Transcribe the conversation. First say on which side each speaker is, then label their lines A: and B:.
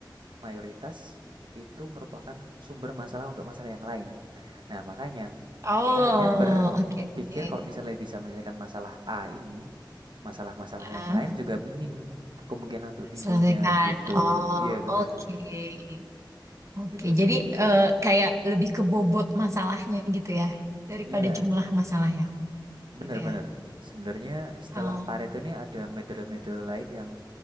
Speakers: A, on the right (about 75°); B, on the right (about 40°).
A: mayoritas itu merupakan sumber masalah untuk masalah yang lain. Nah, makanya
B: Oh,
A: kita akhirnya berpikir
B: oke, oke.
A: kalau misalnya bisa menyelesaikan masalah A ini, masalah-masalah
B: Heeh.
A: yang lain juga minim kemungkinan untuk timbulnya
B: Selesaikan.
A: gitu.
B: Oh,
A: Iya, benar.
B: oke. Oke,
A: Itu
B: jadi
A: sih.
B: eh, kayak lebih ke bobot masalahnya gitu ya, daripada
A: Iya,
B: jumlah masalahnya
A: benar-benar.
B: gitu ya.
A: Sebenarnya setelah
B: Oh.
A: Pareto ini ada metode-metode lain yang